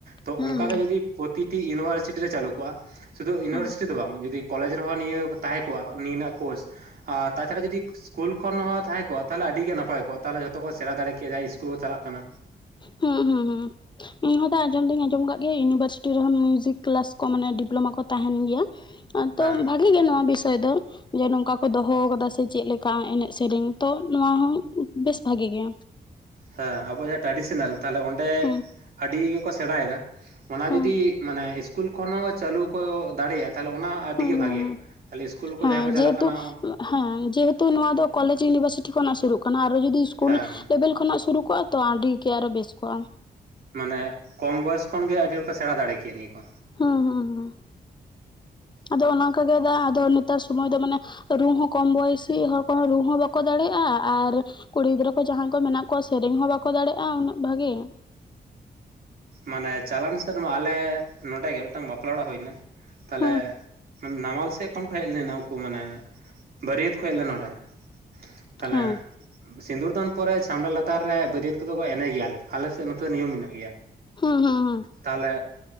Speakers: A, on the right (about 65°); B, on the left (about 25°).
A: ᱛᱚ
B: ᱦᱩᱸ
A: ᱚᱱᱠᱟ
B: ᱦᱩᱸ
A: ᱜᱮ ᱡᱩᱫᱤ ᱯᱨᱚᱛᱤᱴᱤ ᱤᱭᱩᱱᱤᱵᱷᱟᱨᱥᱤᱴᱤ ᱨᱮ ᱪᱟᱹᱞᱩ ᱠᱚᱜᱼᱟ ᱥᱩᱫᱩ ᱤᱭᱩᱱᱤᱵᱷᱟᱨᱥᱤᱴᱤ
B: ᱦᱩᱸ
A: ᱫᱚ ᱵᱟᱝ ᱡᱩᱫᱤ ᱠᱚᱞᱮᱡᱽ ᱨᱮᱦᱚᱸ ᱱᱤᱭᱟᱹ ᱛᱟᱦᱮᱸ ᱠᱚᱜᱼᱟ, ᱱᱤᱭᱟᱹ ᱨᱮᱱᱟᱜ ᱠᱳᱨᱥ ᱟᱨ ᱛᱟᱪᱷᱟᱲᱟ ᱡᱩᱫᱤ ᱥᱠᱩᱞ ᱠᱷᱚᱱ ᱦᱚᱸ ᱛᱟᱦᱮᱸ ᱠᱚᱜᱼᱟ, ᱛᱟᱦᱚᱞᱮ ᱟᱹᱰᱤ ᱜᱮ ᱱᱟᱯᱟᱭ ᱠᱚᱜᱼᱟ ᱛᱟᱦᱚᱞᱮ ᱡᱚᱛᱚ ᱠᱚ ᱥᱮᱬᱟ ᱫᱟᱲᱮ ᱠᱮᱭᱟ ᱡᱟᱦᱟᱸᱭ ᱤᱥᱠᱩᱞ ᱠᱚ ᱪᱟᱞᱟᱜ ᱠᱟᱱᱟ᱾
B: ᱦᱩᱸ ᱦᱩᱸ ᱦᱩᱸ ᱤᱧᱦᱚ ᱫᱟ ᱟᱸᱡᱚᱢ ᱫᱚᱧ ᱟᱸᱡᱚᱢ ᱟᱠᱟᱫ ᱜᱮ ᱤᱭᱩᱱᱤᱵᱷᱟᱨᱥᱤᱴᱤ ᱨᱮᱦᱚᱸ ᱢᱤᱭᱩᱡᱤᱠ ᱠᱮᱞᱟᱥ ᱠᱚ ᱢᱟᱱᱮ ᱰᱤᱯᱞᱳᱢᱟ ᱠᱚ ᱛᱟᱦᱮᱱ ᱜᱮᱭᱟ ᱛᱚ
A: ᱦᱮᱸ
B: ᱵᱷᱟᱹᱜᱤ ᱜᱮ ᱱᱚᱣᱟ ᱵᱤᱥᱚᱭ ᱫᱚ᱾ ᱡᱮ ᱱᱚᱝᱠᱟ ᱠᱚ ᱫᱚᱦᱚ ᱟᱠᱟᱫᱟ ᱥᱮ ᱪᱮᱫᱮᱠᱟ ᱮᱱᱮᱡ ᱥᱮᱨᱮᱧ ᱛᱚ ᱱᱚᱶᱟ ᱦᱚᱸ ᱵᱮᱥ ᱵᱷᱟᱹᱜᱤ ᱜᱮ᱾
A: ᱦᱮᱸ ᱟᱵᱚ ᱡᱟᱦᱟᱸ ᱴᱨᱟᱰᱤᱥᱚᱱᱟᱞ ᱛᱟᱦᱚᱞᱮ ᱚᱸᱰᱮ
B: ᱦᱩᱸ
A: ᱟᱹᱰᱤ ᱜᱮᱠᱚ ᱥᱮᱬᱟᱭᱮᱫᱟ ᱚᱱᱟ
B: ᱦᱩᱸ
A: ᱡᱩᱫᱤ ᱢᱟᱱᱮ ᱤᱥᱠᱩᱞ ᱠᱷᱚᱱ ᱦᱚᱸ ᱪᱟᱹᱞᱩ ᱠᱚ ᱫᱟᱲᱮᱭᱟᱜᱼᱟ ᱛᱟᱦᱞᱮ ᱚᱱᱟ ᱟᱹᱰᱤ
B: ᱦᱩᱸ
A: ᱜᱮ
B: ᱦᱩᱸ
A: ᱵᱷᱟᱜᱭᱟ ᱛᱟᱦᱞᱮ ᱤᱥᱠᱩᱞ ᱠᱚ
B: ᱦᱮᱸ
A: ᱡᱟᱦᱟᱸᱭ ᱠᱚ ᱪᱟᱞᱟᱜ
B: ᱡᱮᱦᱮᱛᱩ
A: ᱠᱟᱱᱟ᱾
B: ᱦᱮᱸ ᱡᱮᱦᱮᱛᱩ ᱱᱚᱣᱟ ᱫᱚ ᱠᱚᱞᱮᱡᱽ ᱤᱭᱩᱱᱤᱵᱷᱟᱨᱥᱤᱴᱤ ᱠᱷᱚᱱᱟᱜ ᱥᱩᱨᱩᱜ ᱠᱟᱱᱟ ᱟᱨᱚ ᱡᱩᱫᱤ ᱤᱥᱠᱩᱞ
A: ᱦᱮᱸ
B: ᱞᱮᱵᱮᱞ ᱠᱷᱚᱱᱟᱜ ᱥᱩᱨᱩ ᱠᱚᱜᱼᱟ ᱛᱚ ᱟᱹᱰᱤ ᱜᱮ ᱟᱨᱚ ᱵᱮᱥ ᱠᱚᱜᱼᱟ᱾
A: ᱢᱟᱱᱮ ᱠᱚᱢ ᱵᱚᱭᱚᱥ ᱠᱷᱚᱱ ᱜᱮᱮ ᱟᱹᱰᱤ ᱦᱚᱲ ᱠᱚ ᱥᱮᱬᱟ ᱫᱟᱲᱮ ᱠᱮᱭᱟ ᱱᱤᱭᱟᱹ ᱠᱚ
B: ᱦᱩᱸ ᱦᱩᱸ ᱦᱩᱸ ᱟᱫᱚ ᱚᱱᱮ ᱚᱱᱠᱟ ᱜᱮ ᱫᱟ ᱟᱫᱚ ᱱᱮᱛᱟᱨ ᱥᱚᱢᱚᱭ ᱫᱚ ᱢᱟᱱᱮ ᱨᱩ ᱦᱚᱸ ᱠᱚᱢ ᱵᱚᱭᱮᱥᱤ ᱦᱚᱲ ᱠᱚᱦᱚᱸ ᱨᱩ ᱦᱚᱸ ᱵᱟᱠᱚ ᱫᱟᱲᱮᱭᱟᱜᱼᱟ ᱟᱨ ᱠᱩᱲᱤ ᱜᱤᱫᱽᱨᱟᱹ ᱠᱚ ᱡᱟᱦᱟᱸᱭ ᱠᱚ ᱢᱮᱱᱟᱜ ᱠᱚᱣᱟ ᱥᱮᱨᱮᱧ ᱦᱚᱸ ᱵᱟᱠᱚ ᱫᱟᱲᱮᱭᱟᱜᱼᱟ ᱩᱱᱟᱹᱜ ᱵᱷᱟᱜᱤ
A: ᱢᱟᱱᱮ ᱪᱟᱞᱟᱮᱱ ᱥᱮᱱᱢᱟ ᱟᱞᱮ ᱱᱚᱰᱮ ᱜᱮ ᱢᱤᱫᱴᱟᱱ ᱵᱟᱯᱞᱟ ᱚᱲᱟᱜ ᱦᱩᱭᱱᱟ ᱛᱟᱦᱚᱞᱮ
B: ᱦᱩᱸ
A: ᱱᱟᱢᱟᱞ ᱥᱮᱫ ᱠᱷᱚᱱ ᱠᱚ ᱦᱮᱡ ᱞᱮᱱᱟ ᱩᱱᱠᱩ ᱢᱟᱱᱮ ᱵᱟᱹᱨᱭᱟᱹᱛ ᱠᱚ ᱦᱮᱡ ᱞᱮᱱᱟ ᱱᱚᱸᱰᱮ ᱛᱟᱦᱚᱞᱮ
B: ᱦᱮᱸ
A: ᱥᱤᱸᱫᱩᱨ ᱫᱟᱱ ᱯᱚᱨᱮ ᱪᱷᱟᱢᱰᱟ ᱞᱟᱛᱟᱨ ᱨᱮ ᱵᱟᱹᱨᱭᱟᱹᱛ ᱠᱚᱫᱚ ᱠᱚ ᱮᱱᱮᱡ ᱜᱮᱭᱟᱞᱮ ᱟᱞᱮᱥᱮᱫ ᱱᱚᱛᱮ ᱱᱤᱭᱚᱢ ᱢᱮᱱᱟᱜ ᱜᱮᱭᱟ᱾
B: ᱦᱮᱸ ᱦᱮᱸ ᱦᱮᱸ
A: ᱛᱟᱦᱚᱞᱮ